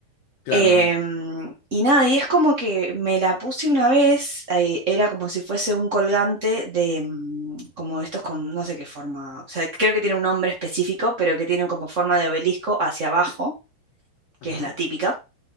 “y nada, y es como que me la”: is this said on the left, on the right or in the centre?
Right